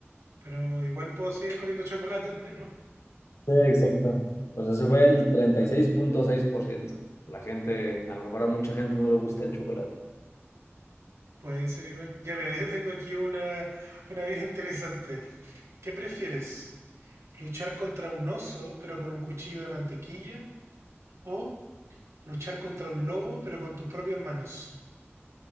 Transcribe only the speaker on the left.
Sí, exacto. Pues ese fue el treinta y seis seis punto seis por ciento. La gente, a lo mejor a mucha gente no le gusta el chocolate.